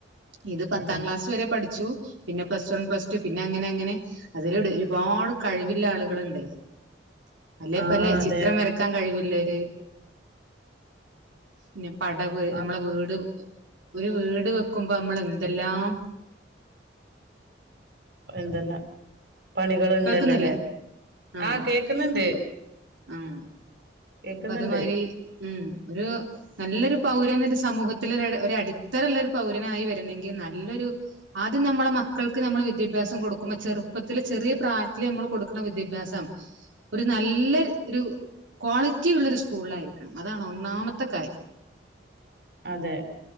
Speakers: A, on the right; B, on the right.
A: ഇത് പത്താം
B: അതെ
A: ക്ലാസ് വരെ പഠിച്ചു. പിന്നെ പ്ലസ് വൺ പ്ലസ് ടു പിന്നെ അങ്ങനെ അങ്ങനെ അതിൽ ഒരുപാട് കഴിവില്ല ആളുകളുണ്ട്. അ അല്ലേ
B: ആ
A: പല്ലെ
B: അതെ
A: ചിത്രം വരക്കാൻ കഴിവില്ലര് പിന്നെ പടവ്
B: ആ
A: നമ്മളെ വീട് ഒരു വീട് വെക്കുമ്പോ നമ്മൾ എന്തെല്ലാം
B: എന്തല്ലാം പണികളുണ്ടല്ലോല്ലേ.
A: കേൾക്കുന്നില്ലേ ആ
B: ആഹ് കേക്കുന്നുണ്ട്.
A: ആ
B: കേക്കുന്നുണ്ട്.
A: അപ്പൊ അതുമാതിരി ഉം ഒരു നല്ലൊരു പൗരൻ ഒരു സമൂഹത്തില് ഒരു അടിത്തറുള്ളൊരു പൗരനായി വരണമെങ്കിൽ നല്ലൊരു ആദ്യം നമ്മളെ മക്കൾക്ക് നമ്മൾ വിദ്യാഭ്യാസം കൊടുക്കുമ്പോ ചെറുപ്പത്തില് ചെറിയ പ്രായറ്റിൽ നമ്മൾ കൊടുക്കുന്ന വിദ്യാഭ്യാസം ഒരു നല്ല ഒരു ക്വാളിറ്റി ഉള്ള ഒരു സ്കൂളിലായിരിക്കണം അതാണ് ഒന്നാമത്തെ കാര്യം.
B: അതെ.